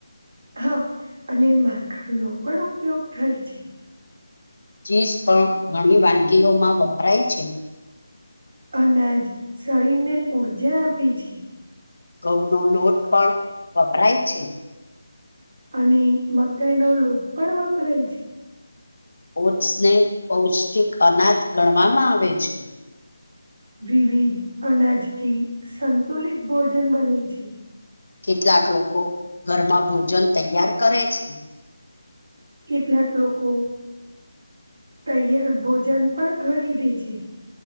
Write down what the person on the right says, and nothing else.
હા અને માખણ નો પણ ઉપયોગ થાય છે.
અનાજ શરીરને ઉર્જા આપે છે
અને મકાઈ નો લોટ પણ વાપરાય છે.
વિવિધ અનાજથી સંતુલિત ભોજન બને છે.
કેટલાક લોકો તૈયાર ભોજન પણ ખરીદી છે.